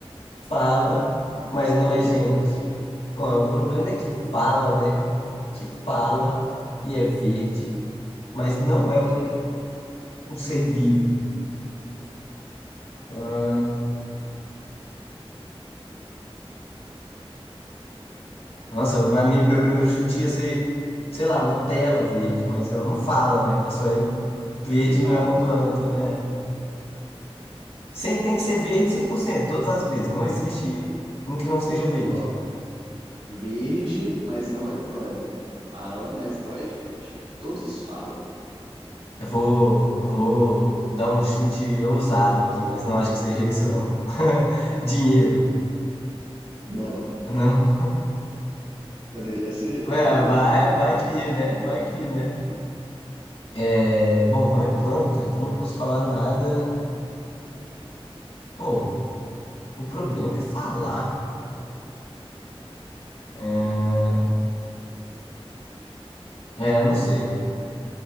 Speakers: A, on the left; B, on the right.
A: Fala, mas
B: Fala,
A: não é
B: mas
A: gente.
B: não é gente.
A: Bom, o problema é que fala, né? Que fala e é verde, mas não é
B: <laughs>
A: um um ser vivo. Ah, nossa, pra mim, meu primeiro chute ia ser, sei lá, uma tela verde, mas ela não fala, né? Ela só é verde,
B: Não fala.
A: não é uma planta. É. Sem, tem que ser verde 100% todas as vezes. Não existe um que não seja verde.
B: Ó, verde, mas não é planta. Fala, mas não é gente. Todos os falam.
A: Eu vou, eu vou dar um chute ousado aqui, mas não acho que seja isso, não. <laughs> Dinheiro.
B: Não.
A: Não.
B: Poderia ser,
A: É,
B: poderia
A: vai,
B: ser.
A: vai que, né? Vai que, né? É, bom, não é planta, então não posso falar nada. Pô, o problema é falar. É, É, eu não sei.